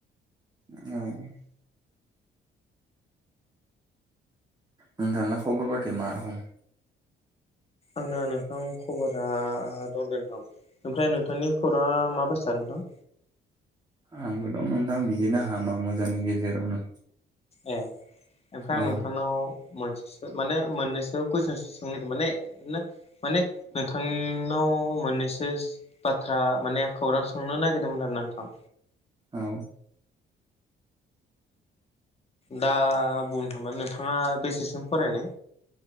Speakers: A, on the right; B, on the left.
A: औ नोंथांना खबर फाथिया मा रखम,
B: आंना नोंथां खबरा दं दे नोंथां ओमफ्राय नोंथांनि खौराङा मा बायसा नोंथां,
A: आंबो दं नोंथां बिदिनो हामा मोजांनि गेजेरावनो,
B: ए ओमफ्रायाय
A: औ
B: आं नोंथांनाव, मोनसेसो माने मोननैसो कुइसनस सों माने, माने नोंथांनाव मोननैस सोस बाथ्रा माने खौरां सोंनो नागिरदोंमोन आरो ना नोंथां
A: औ
B: दा बुंनो थांबा नोंथाङा बेसेसिम, फरायनाय